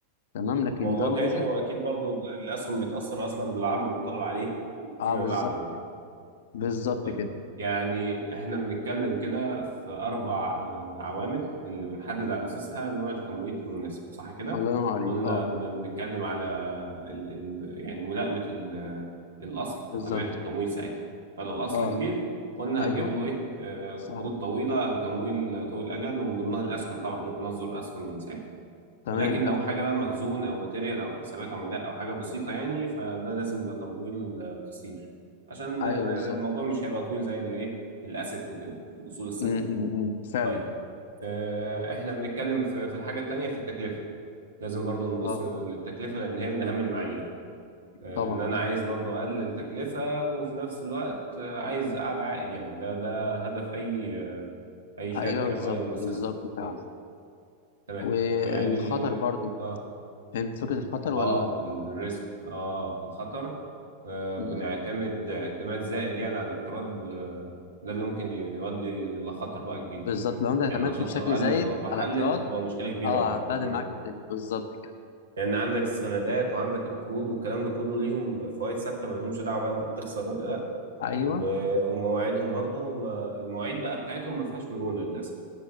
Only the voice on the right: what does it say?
موضوع
تاني
واكيد برضو الاسهم بيتأثر اصلا بالعرض والطلب عليه
فيما
بعد برضو
طيب
يعني احنا بنتكلم كده في اربع آه، عوامل اللي بنحدد على اساسها نوع التمويل المناسب صح كده
قلنا
بن- بنتكلم على ال ال يعني ملائمة ال- الاصل
وطبيعة التمويل ساعتها فلو اصل
كبير قلنا
هنجيب له ايه آه،
قروض طويلة او تمويل طويل الاجل ومن ضمنها الاسهم طبعا ممكن اصدر اسهم يعني ساعتها
ولكن
لو حاجة
بقى مخزون أو ماتيريال أو حسابات عملاء أو حاجة بسيطة يعني فده لازم يبقى تمويل آه، قصير عشان
آه،
الموضوع مش هيبقى طويل زي اللي إيه الأسيت وكده الأصول الثابتة
طيب آه، إحنا بنتكلم في في الحاجة التانية في التكلفة لازم برضو نبص
للتكلفة لأن هي من أهم المعايير آه،
إن أنا عايز برضو أقلل تكلفة وفي نفس الوقت آه، عايز أعلى عائد يعني ده ده هدف أي آه، أي شركة
أو أي مؤسسة
م، تمام
يعني
آه
اه الريسك اه الخطر آه
بنعتمد اعتماد زائد يعني على الاقتراض آه ده اللي ممكن يؤدي لخطر بقى كبير
يعني النشاط
لو قل
او الارباح
قلت هتبقى مشكله كبيره
اه
مم.
لان عندك السندات وعندك القروض والكلام ده كله ليهم فوائد ثابته ما لهمش دعوه بقى انت بتخسر ولا لا
و- ومواعيدهم برضو ما المواعيد بقى بتاعتهم ما فيهاش مرونه للاسف